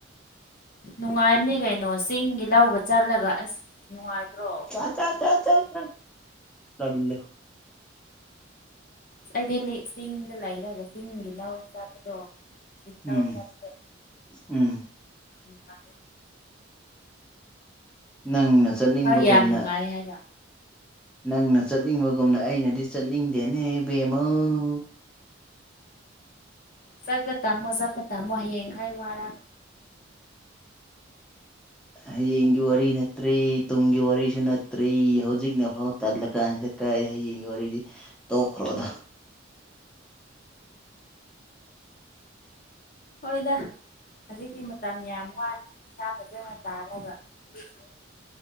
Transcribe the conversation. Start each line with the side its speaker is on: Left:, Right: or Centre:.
Left: ꯅꯨꯡꯉꯥꯏꯕꯅꯤ ꯀꯩꯅꯣ ꯆꯤꯡꯒꯤ ꯂꯧꯒ ꯆꯠꯂꯒ ꯑꯁ ꯅꯨꯡꯉꯥꯏꯇ꯭ꯔꯣ
Centre: ꯑꯆ ꯆ ꯆ ꯆ ꯇꯠꯂꯦ
Left: ꯑꯁ ꯑꯩꯗꯤ ꯂꯤ ꯆꯤꯡꯗ ꯂꯩꯔꯒ ꯆꯤꯡ ꯂꯥꯎ ꯆꯥꯄꯗꯣ ꯆꯤꯡꯂꯧ
Centre: ꯎꯝ
Left: ꯆꯥꯄꯗꯣ
Centre: ꯎꯝ
Left: ꯎꯝ ꯑꯥꯏ
Centre: ꯅꯪꯅ ꯆꯠꯅꯤꯡꯕꯒꯨꯝꯅ
Left: ꯋꯥꯈꯜ ꯌꯥꯝ ꯅꯨꯡꯉꯥꯏ ꯍꯥꯏꯕ
Centre: ꯅꯪꯅ ꯆꯠꯅꯤꯡꯕꯒꯨꯝꯅ ꯑꯩꯅꯗꯤ ꯆꯠꯅꯤꯡꯗꯦꯅꯦ ꯏꯕꯦꯝꯃꯧ
Left: ꯆꯠꯄ ꯇꯝꯃꯣ ꯆꯠꯄ ꯇꯝꯃꯣ ꯍꯌꯦꯡꯈꯥꯏ ꯋꯥꯔꯥ꯫ <inaudible>
Centre: ꯍꯌꯦꯡꯒꯤ ꯋꯥꯔꯤ ꯅꯠꯇ꯭ꯔꯦ ꯇꯨꯡꯒꯤ ꯋꯥꯔꯤꯁꯨ ꯅꯠꯇ꯭ꯔꯦ ꯍꯧꯖꯤꯛꯅꯐꯥꯎ ꯇꯜꯂ ꯀꯥꯟꯁꯤꯗ ꯀꯥꯏꯗꯒꯤ ꯍꯌꯦꯡꯒꯤ ꯋꯥꯔꯤꯗꯤ ꯇꯣꯛꯈ꯭ꯔꯣꯗ꯫
Left: ꯍꯣꯏꯗ ꯍꯧꯖꯤꯛꯇꯤ ꯃꯇꯝ ꯌꯥꯝ ꯋꯥꯠꯂꯤ ꯄꯩꯁꯥ ꯐꯖꯅ ꯇꯥꯜꯂꯒ꯫ ꯅꯨꯄꯤꯁꯤꯡ